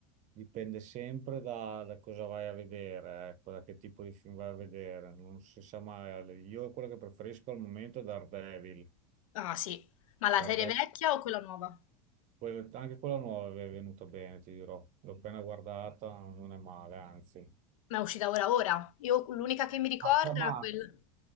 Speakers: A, on the right (about 45°); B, on the left (about 80°).
A: dipende sempre da, da cosa vai a vedere, ecco, da che tipo di film vai a vedere, non si sa mai. Io quello che preferisco al momento è Daredevil.
B: Ah sì. Ma la
A: Daredevil
B: serie vecchia o quella nuova?
A: Quella- anche quella nuova è venuta bene, ti dirò. L'ho appena guardata, non è male, anzi.
B: Ma è uscita ora ora. Io l'unica che mi ricordo
A: A tre marzo.
B: era quel